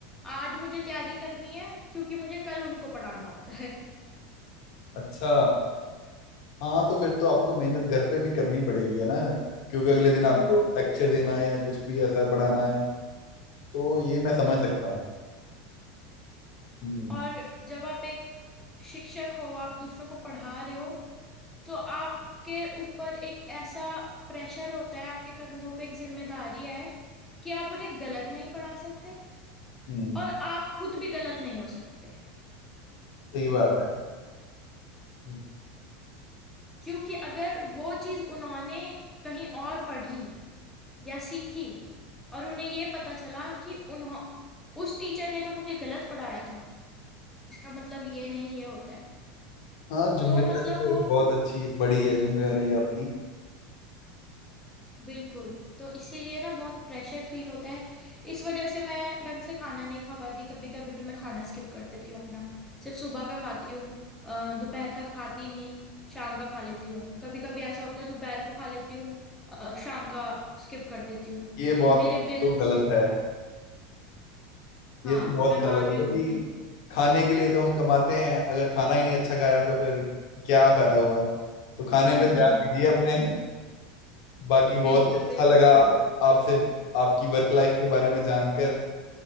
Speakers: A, in the centre; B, on the left.
A: आज मुझे तैयारी करनी है क्योंकि मुझे कल उनको पढ़ाना होता है
B: अच्छा हाँ तो फिर तो आपको मेहनत घर पे भी करनी पड़ेगी है ना क्योंकि अगले दिन
A: हम्म
B: आपको लेक्चर देना है या कुछ भी ऐसा पढ़ाना है तो ये मैं समझ सकता हूँ हम्म
A: और जब आप एक शिक्षक हो आप दूसरों को पढ़ा रहे हो तो आपके ऊपर एक ऐसा प्रेशर होता है आपके कंधों पे एक जिम्मेदारी है कि आप उन्हें गलत नहीं पढ़ा सकते
B: हम्म
A: और आप खुद भी गलत नहीं हो सकते
B: सही बात है हम्म।
A: क्योंकि अगर वो चीज उन्होंने कहीं और पढ़ी या सीखी और उन्हें ये पता चला कि उन्हों उस टीचर ने तो मुझे गलत पढ़ाया था इसका मतलब ये नहीं ये होता है
B: हाँ जिम्मेदारी
A: तो मतलब
B: तो
A: वो
B: एक बहुत अच्छी बड़ी है जिम्मेदारी आपकी
A: बिल्कुल तो इसीलिए ना बहुत प्रेशर फील होता है इस वजह से मैं ढंग से खाना नहीं खा पाती कभी कभी मैं खाना स्किप कर देती हूँ अपना सिर्फ सुबह का खाती हूँ अ, दोपहर का खाती नहीं शाम का खा लेती हूँ कभी कभी ऐसा होता है दोपहर को खा लेती हूँ अ, शाम का स्किप कर देती हूँ
B: ये बहुत
A: मेरे बिल्स
B: तो गलत है
A: हाँ
B: ये तो बहुत
A: मैं
B: काला
A: मान
B: था
A: रही
B: क्योंकि
A: हूँ बिल्कुल
B: खाने के लिए तो हम कमाते हैं अगर खाना ही नहीं अच्छा खाया तो फिर क्या फायदा हुआ तो खाने पे
A: <laughs>
B: ध्यान दीजिए अपने बाकी बहुत
A: बिल्कुल
B: ही अच्छा
A: बिल्कुल
B: लगा आपसे आपकी वर्क लाइफ के बारे में जानकर